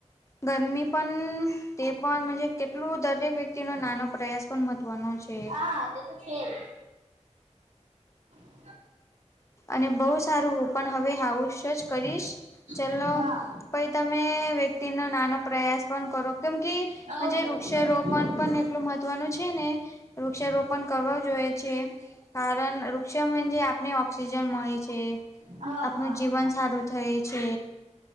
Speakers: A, on the left (about 25°); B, on the right (about 85°).
A: ગરમી પણ તે પણ કેટલું દર દરેક વ્યક્તિ ન નાનો પ્રયાસ પણ મહત્વનો છે.
B: હા તે છે. <inaudible>
A: અને બહુ સારું હું પણ હવે હાઉસ જ કરીશ ચલો.
B: જ હા
A: પાઈ તમે વ્યક્તિનો નાનો પ્રયાસ પણ કરો. કેમ કે
B: હવ
A: જે
B: હવ.
A: વૃક્ષારોપણ પણ એટલું મહત્વનું છે ને વૃક્ષારોપણ કરવા જોઈએ છે. કારણ વૃક્ષજ <unintelligible> આપણને ઓક્સિજન મળે છે.
B: હા
A: આપનું
B: હા.
A: જીવન સારું થાય છે